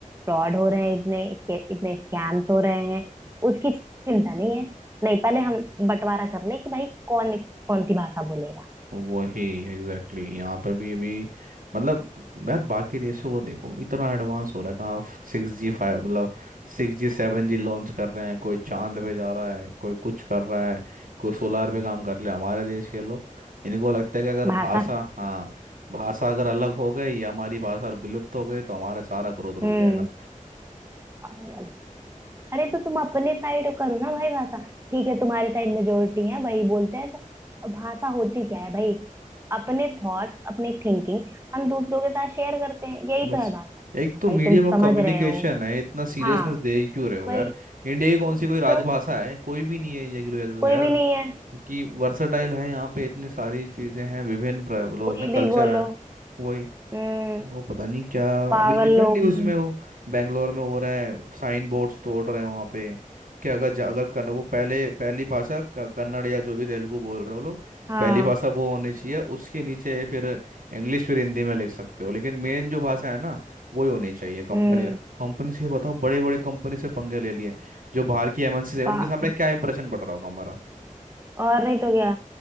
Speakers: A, on the right; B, on the right.
A: फ्रॉड हो रहे हैं इतने इसके- इतने स्कैम्स हो रहे हैं उसकी चिंता नहीं है नहीं पहले हम
B: तो
A: बंटवारा कर ले कि भाई कौन कौन सी भाषा बोलेगा
B: वही Exactly exactly. यहाँ पे भी अभी मतलब यार बाकी देशों को देखो इतना एडवांस हो रखा है आप सिक्स जी फाइव मतलब सिक्स जी सेवन जी लॉन्च कर रहे हैं कोई चांद पे जा रहा है कोई कुछ कर रहा है कोई सोलार पे काम कर रहे हैं हमारे देश के लोग इनको लगता है कि अगर
A: भाषा
B: भाषा हाँ भाषा अगर अलग हो गई या हमारी भाषा विलुप्त हो गई तो हमारा सारा ग्रोथ रुक
A: हम्म
B: जाएगा
A: पागल। अरे तो तुम अपने साइड करो ना भाई भाषा ठीक है तुम्हारे साइड मेजोरिटी है भाई बोलते हैं तो अब भाषा होती क्या है भाई अपने थॉट्स अपने थिंकिंग हम दूसरों के साथ शेयर करते हैं यही
B: बस
A: तो है भाषा
B: एक तो
A: भाई
B: मीडियम
A: तुम
B: ऑफ
A: समझ
B: कम्युनिकेशन
A: रहे हो
B: है इतना सीरियसनेस
A: हाँ
B: दे क्यों रहे हो
A: भाई
B: यार इंडिया की कौन सी कोई राजभाषा
A: तो
B: है कोई भी नहीं है इंडिया की राजभाषा
A: कोई
B: यार
A: भी नहीं है
B: कि वर्सटाइल है यहाँ पे इतनी सारी चीजें हैं विभिन्न प्र- बोलो
A: कोई
B: ना कल्चर
A: भी बोलो
B: है वही
A: हम्म
B: वो पता नहीं क्या
A: पागल
B: अभी देखा
A: लोग
B: है न्यूज़
A: हैं।
B: में वो बेंगलोर में हो रहा है साइन बोर्ड्स तोड़ रहे हैं वहाँ पे क्या अगर जा- अगर कन्न वो पहले पहली भाषा क- कन्नड़ या जो भी तेलुगु बोल रहे हो लोग
A: हाँ
B: पहली भाषा वो होनी चाहिए उसके नीचे फिर इंग्लिश फिर हिंदी में लिख सकते हो लेकिन मेन जो भाषा है ना वो ही होनी चाहिए कंपनी
A: हम्म
B: कंपनी से बताओ बड़े बड़े कंपनी से पंगे ले लिए जो बाहर की एमएनसी है
A: पागल
B: उनके सामने क्या इंप्रेशन पड़ रहा होगा हमारा
A: और नहीं तो क्या